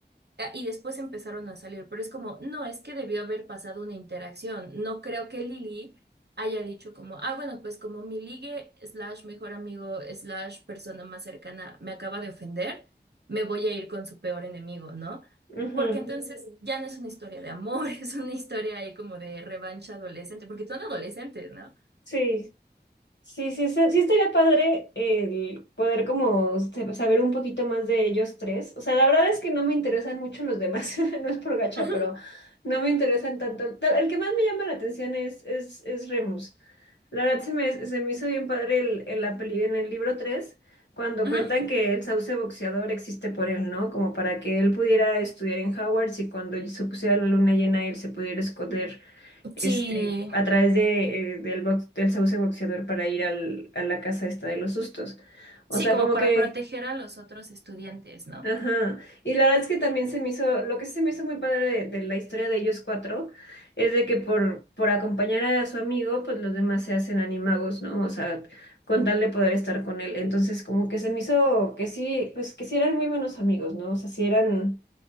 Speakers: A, on the right; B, on the left.
A: Ah, Y después empezaron a salir, pero es como, no, es que debió haber pasado una interacción. No creo que Lili haya dicho como, ah, bueno, pues como mi ligue slash mejor amigo slash persona más cercana me acaba de ofender, me voy a ir con su peor enemigo, ¿no?
B: ujú,
A: Porque entonces Mm. ya no es una historia de amor, <laughs> es una historia ahí como de revancha adolescente, porque son adolescentes, ¿no?
B: Sí, Sí, sí, sí, sí estaría padre el poder como se- saber un poquito más de ellos tres. O sea, la verdad es que no me interesan mucho los demás, <laughs> no es por gacha,
A: Ujú,
B: pero no me interesan tanto. El el que más me llama la atención es, es, es Remus. La verdad se me, se me hizo bien padre el, en la peli- en el libro 3 cuando
A: ujú.
B: cuentan que el sauce boxeador existe por él, ¿no? Como para que él pudiera estudiar en Hogwarts y cuando se pusiera la luna llena él se pudiera esconder este,
A: Sí,
B: a través de, eh, del, box- del sauce boxeador para ir al, a la casa esta de los sustos. O
A: sí,
B: sea,
A: como
B: como
A: para
B: que,
A: proteger a los otros estudiantes, ¿no?
B: ajá. Y la verdad es que también se me hizo, lo que sí se me hizo muy padre de, de la historia de ellos cuatro es de que por, por acompañar a su amigo, pues los demás se hacen animagos, ¿no? O sea, con tal de poder estar con él. Entonces, como que se me hizo que sí, pues que sí eran muy buenos amigos, ¿no? O sea, sí eran,